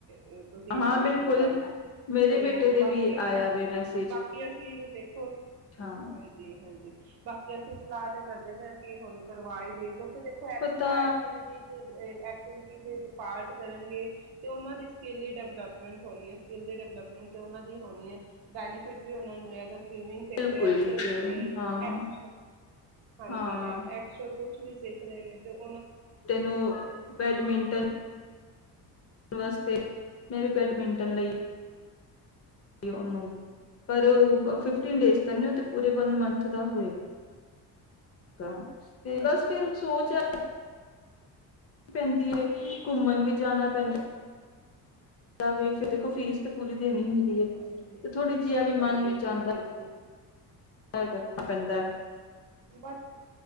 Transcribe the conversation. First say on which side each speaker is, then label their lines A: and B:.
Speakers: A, on the right (about 70°); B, on the left (about 40°).
A: ਤੇ ਤੁਸੀਂ
B: ਹਾਂ
A: ਜੁਆਇਨ
B: ਬਿਲਕੁਲ
A: ਕਰਵਾ ਲੋ।
B: ਮੇਰੇ
A: ਤੇ
B: ਬੇਟੇ ਦੇ
A: ਬਾਕੀ
B: ਵੀ ਆਇਆ
A: ਹ
B: ਵੇ ਮੈਸੇਜ
A: ਬਾਕੀ ਅਸੀਂ ਦੇਖੋ
B: ਹਾਂ
A: ਹਾਂਜੀ- ਹਾਂਜੀ, ਬਾਕੀ ਅਸੀਂ ਸਲਾਹ ਤੇ ਕਰਦੇ ਪਏ ਹਾਂ ਕਿ ਹੁਣ ਕਰਵਾ ਹੀ ਦੇ ਤੁਸੀਂ ਦੇਖੋ ਐਕਸਟਰਾ
B: ਪਤਾ
A: ਐਕਟੀਵਿਟੀ ਤੇ ਐਕ ਐਕਟੀਵਿਟੀ ਪਾਰਟ ਕਰਨਗੇ ਤੇ ਉਹਨਾਂ ਦੀ ਸਕਿੱਲ ਦੀ ਡਿਵਲਪਮੈਂਟ ਹੋਣੀ ਹੈ ਸਕਿੱਲ ਦੀ ਡਿਵਲਪ ਉਹਨਾਂ ਦੀ ਹੋਣੀ ਹੈ ਬੈਨੀਫਿਟ ਵੀ ਉਹਨਾਂ ਨੂੰ ਹੈ ਇਹਦਾ ਸਵੀਮਿੰਗ
B: ਬਿਲਕੁਲ
A: ਸਿੱਖ ਰਿਹਾ
B: ਟੀਚਰ
A: ਕੁਛ ਵੀ
B: ਹਾਂ।
A: ਐਕਸ ਹਾਂਜੀ
B: ਹਾਂ
A: ਐਕਸਟਰਾ ਕੁਛ ਵੀ ਸਿੱਖ ਰਹੇ ਨੇ ਤੇ ਓਹ ਤੇ
B: ਤੈਨੂੰ ਬੈਡਮਿੰਟਨ ਵਾਸਤੇ ਮੈਂ ਵੀ ਬੈਡਮਿੰਟਨ ਲਈ ਉਹਨੂੰ ਪਰ ਫਿਫ ਏਟੀਨ ਡੇਜ਼ ਤਾਂ ਨੀ
A: ਅੱਛਾ
B: ਉਹ ਪੂਰੇ ਵਨ ਮੰਥ ਦਾ ਹੋਏ ਗਾ- ਤੇ ਬਸ
A: ਅੱਛਾ
B: ਫਿਰ ਸੋਚ ਆ ਪੈਂਦੀ ਘੁੰਮਣ ਵੀ ਜਾਣਾ ਪੈਂਦਾ ਜਾਵੇ ਫਿਰ ਦੇਖੋ ਫੀਸ ਤੇ ਪੂਰੀ ਦੇਣੀ ਹੁੰਦੀ ਤੇ
A: ਹਾਂਜੀ
B: ਥੋੜ੍ਹੀ ਜਿਹਾ ਵੀ
A: ਹਾਂਜੀ
B: ਮਨ ਵਿੱਚ
A: ਹਾਂਜੀ
B: ਆਉਂਦਾ
A: ਬਿਲਕੁਲ
B: <inaudible> ਪੈਂਦਾ
A: ਬਸ